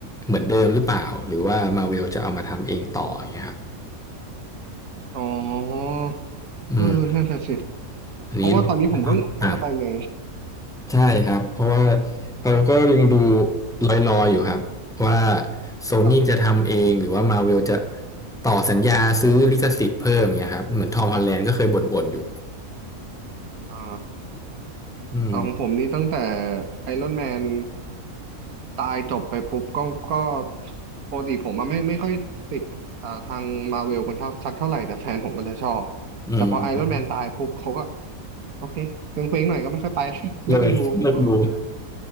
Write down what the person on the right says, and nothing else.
อ๋อ
เออนั่นแหละสิ
เพราะว่าตอนนี้ผมก็งงว่าจะไปไง
แบบ
อ๋อ
ของผมนี่ตั้งแต่ไอรอนแมนตายจบไปปุ๊บก็ก็ปกติผมอะไม่ไม่ค่อยติดเอ่อทางมาเวลกันเท่าสักเท่าไหร่แต่แฟนผมมันจะชอบ
แต่พอไอรอนแมนตายปุ๊บเขาก็โอเคเคว้งเคว้งหน่อยก็ไม่ค่อยไป <laughs>
ไม่ค่อยดูผมก็เออ